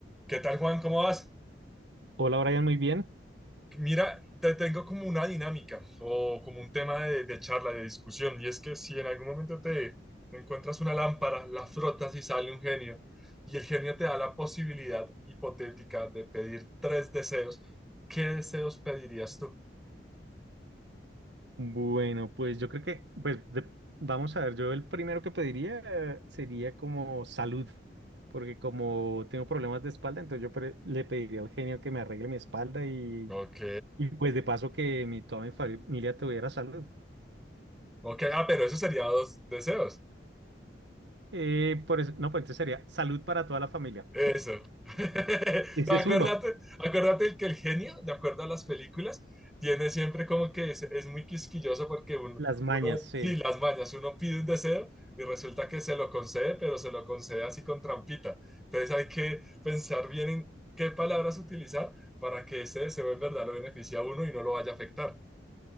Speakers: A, in the centre; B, on the right.
A: ¿Qué tal, Juan? ¿Cómo vas?
B: Hola Brian, muy bien.
A: Mira, te tengo como una dinámica o como un tema de, de charla, de discusión, y es que si en algún momento te encuentras una lámpara, la frotas y sale un genio, y el genio te da la posibilidad hipotética de pedir tres deseos, ¿qué deseos pedirías tú?
B: Bueno, pues yo creo que, pues de- vamos a ver, yo el primero que pediría eh, sería como salud, porque como tengo problemas de espalda, entonces yo pre- le pediría al genio que me arregle mi espalda y,
A: Ok,
B: y pues de paso que mi, toda mi familia tuviera salud.
A: ok, ah, pero eso sería dos deseos.
B: Eh, por eso, no, pues entonces sería salud para toda la familia.
A: Eso. <laughs>
B: Ese
A: No, acuérdate,
B: es uno,
A: acuérdate que el genio, de acuerdo a las películas, tiene siempre como que es, es muy quisquilloso porque uno,
B: las mañas,
A: uno,
B: sí.
A: sí, las mañas, uno pide un deseo y resulta que se lo concede, pero se lo concede así con trampita. Entonces hay que pensar bien en qué palabras utilizar para que ese deseo en verdad lo beneficie a uno y no lo vaya a afectar.